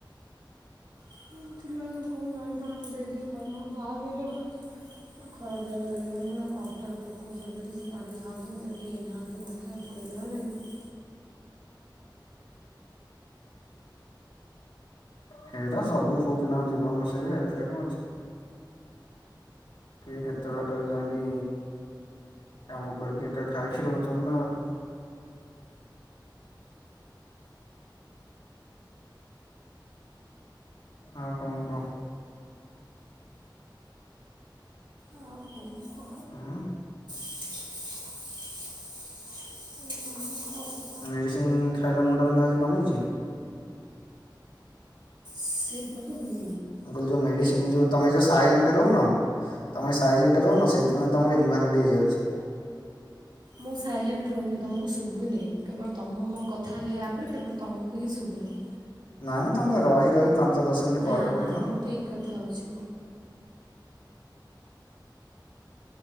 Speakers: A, on the right (about 70°); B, on the left (about 85°).
A: ମୁଁ ଥିଲା କଣ ଜାଣିପାର ଦେଇଦି ଖାଇଦବ ଯାହା ବି ହେଲେ ଗୋଟେ ଆଉ ଖରାପ ଲାଗିଲା କାଲି ଭାରି ମୁଁ କହିଲି ଅଟାରେ ପୋକ ଚଲେଇ ସେ କାଢ଼ି ଖାଉଛନ୍ତି କେହି ନାହାନ୍ତି ପାଖ୍ ଏ କରି ଦବା ଲାଗି।
B: ହେଇଟା ସବୁ ପୁଅ ପିଲାଙ୍କ ଜୀବନ ସେଇଆ ଏଥିରେ କଣ ଅଛି। କିଏ କେତେ ବାଟରେ ଯାଇକି କାମ କରିକି ଏକା ଖାଇକି ରହୁଛନ୍ତି ନାଉ। ଆଉ କଣ କୁହ?
A: ଆଉ କଣ କୁ
B: ହୁଁ।
A: <inaudible>
B: ମେଡ଼ିସିନ ଖାଇଲ ମୁଣ୍ଡ ବିନ୍ଧା ଆଜି କମିଛି?
A: ସେ ପୁରା ନି
B: ମୁଁ କହିଲି ଯୋଉ ମେଡ଼ିସିନ ଯୋଉ ତମେ ଯୋଉ ସାଇଲେଣ୍ଟ ରହୁନ ତୁମେ ସାଇଲେଣ୍ଟ ରହୁନ
A: ହଁ
B: ସେଥିପାଇଁ ତମର ଇନ୍ଭାଲିଡ ହୋଇଯାଉଛି।
A: ମୁଁ ସାଇଲେଣ୍ଟ ରହୁନି ତୁମକୁ ଶୁଭୁନି କେବଳ ତୁମ ମୋ କଥା ହେଲେ ଆପ୍ ରେ କେବଳ ତୁମକୁ ହିଁ ଶୁଭୁନି।
B: ନାଇଁ ନା ତମେ ତ ରହି ରହି ପାଞ୍ଚ ଦଶ ମିନିଟ୍
A: ନା
B: ପରେ କହୁଛ।
A: ନା ମୁଁ ଠିକ୍ କଥା ହଉଛି।